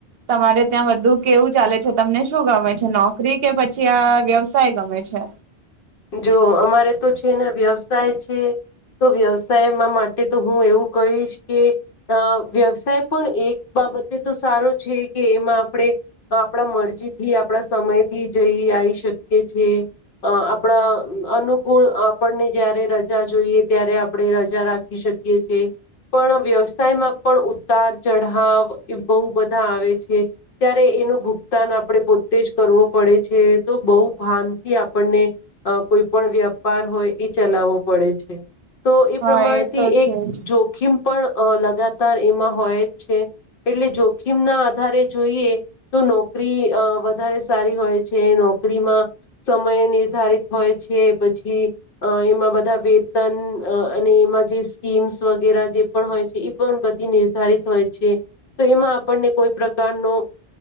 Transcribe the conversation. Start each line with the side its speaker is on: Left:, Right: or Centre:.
Right: તમારે ત્યાં બધું કેવું ચાલે છે? તમને શું ગમે છે, નોકરી કે પછી આ વ્યવસાય ગમે છે.?
Left: જો અમારે તો છે, ને વ્યવસાય છે, તો વ્યવસાયમાં માટે તો હું એવું કહીશ કે અ વ્યવસાય પણ એક બાબતે તો સારો છે, કે એમાં આપણે આપણા મરજીથી આપણા સમયથી જઈ આવી શકીએ છેએ, આ અપ આપણા અનુકૂળ આપણને જ્યારે રજા જોઈએ, ત્યારે આપણે રજા રાખી શકીએ છે, પણ વ્યવસાયમાં પણ ઉતાર ચઢાવ બહુ બધા આવે છે, ત્યારે એનું ભુગતાન આપણે પોતે જ કરવો પડે છે, તો બહુ ભાનથી આપણને અ કોઈ પણ વ્યાપાર હોય એ ચલાવવો પડે છે. તો એ
Right: હા
Left: પ્રમાણથી
Right: તો છે
Left: એક
Right: જ
Left: જોખીમ પણ લગાતાર એમાં હોય જ છે. એટલે જોખીમ ના આધારે જોઈએ તો નોકરી વધારે સારી હોય છે. નોકરીમાં સમય નિર્ધારિત હોય છે. પછી એમાં બધા વેતન અને એમાં જે સ્કીમ્સ વગેરે જે પણ હોય છે. એ પણ બધી નિર્ધારિત હોય છે, તો એમાં આપણને કોઈ પ્રકારનો